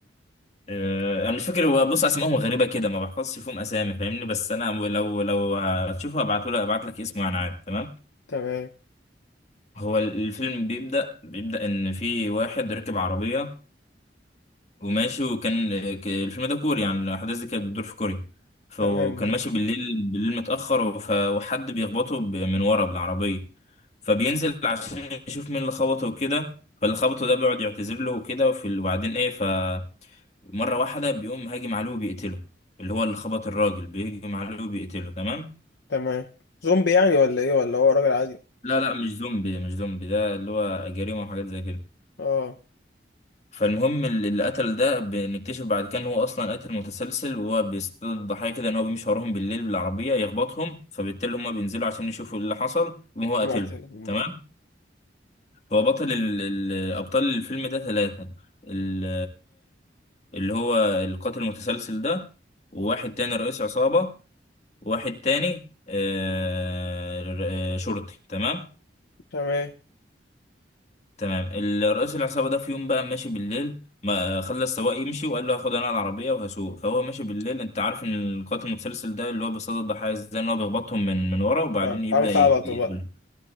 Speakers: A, on the left; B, on the left.
A: آه، انا مش فاكر هو بص اسمائهم غريبه كده ما بحفظش فيهم اسامي فاهمني بس انا لو لو هتشوفه هبعته لك ابعت لك اسمه يعني عادي تمام
B: تمام
A: هو الفيلم بيبدا بيبدا ان في واحد راكب عربيه وماشي وكان ك- الفيلم ده كوري يعني الاحداث دي كانت بتدور في كوريا فكان
B: تمام معاك
A: ماشي بالليل بالليل متاخر ف- وحد بيخبطه ب- من ورا بالعربيه فبينزل عشان يشوف مين اللي خبطه وكده فاللي خبطه ده بيقعد يعتذر له وكده وفي- وبعدين ايه ف مرة واحدة بيقوم هاجم عليه وبيقتله اللي هو اللي خبط الراجل بيهجم عليه وبيقتله تمام
B: تمام زومبي يعني ولا ايه ولا هو راجل عادي
A: لا لا مش زومبي مش زومبي ده اللي هو جريمة وحاجات زي كده
B: اه
A: فالمهم ال- اللي قتل ده بنكتشف بعد كده ان هو اصلا قاتل متسلسل وهو بيصطاد الضحايا كده ان هو بيمشي وراهم بالليل بالعربية يخبطهم فبالتالي هما بينزلوا عشان يشوفوا إيه اللي حصل وهو قاتله
B: معتلهم
A: تمام
B: بقى
A: هو بطل ال... ال... ابطال الفيلم ده ثلاثة ال... اللي هو القاتل المتسلسل ده وواحد تاني رئيس عصابة واحد تاني آه، آه، شرطي تمام
B: تمام
A: تمام ال- رئيس العصابة ده في يوم بقى ماشي بالليل ما خلى السواق يمشي وقال له هاخد انا العربية وهسوق فهو ماشي بالليل انت عارف ان القاتل المتسلسل ده اللي هو بيصطاد الضحايا ازاي ان هو بيخبطهم من من ورا وبعدين
B: آه،
A: يبدأ
B: قام خبطه
A: ي- يقتلهم
B: بقى